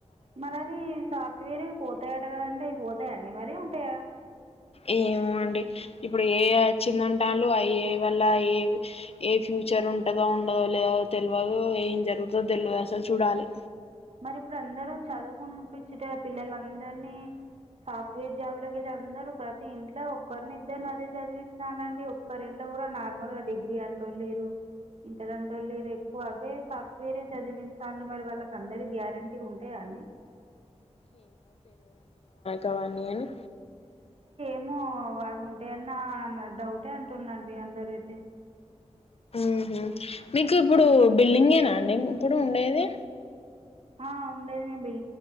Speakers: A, on the right; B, on the left.
A: మరి అవి సాఫ్ట్వేర్వి పోతాయట కదండి అవి పోతాయ అండి మరి ఉంటాయా
B: ఏమో అండి ఇప్పుడు ఎఐ వచ్చిందంటాళ్ళు ఆ ఎఐ వల్ల ఏ ఏ ఫ్యూచర్ ఉంటదో ఉన్నదో లేదో తెల్వదు ఏం జరుగుతదో తెలువదు అసలు చూడాలే
A: మరి ఇప్పుడు అందరు చదువుకునిపిచ్చిటే పిల్లలందరినీ సాఫ్ట్వేర్ జాబులకైతే అందరు ప్రతి ఇంట్లో ఒక్కరినిద్దర్ని అదే చదివిస్తానండి ఒక్కరి ఇంట్లో కూడా నార్మల్ గా డిగ్రీ అంటోలేరు ఇంటరంటోళ్ళు లేరు ఎక్కువ అవే సాఫ్ట్వేరే చదివిస్తాన్లు మరి వాళ్ళ అందరి గ్యారెంటీగా ఉంటాయా అండి
B: గవన్నిగని
A: ేమో బాగుంటాయన్న న డౌటే అంటున్నాండి అందరైతే
B: మ్ హు మీకు ఇప్పుడు బిల్డింగేనాండి ఇప్పుడు ఉండేది
A: ఆ ఉండేది మీమ్ బిల్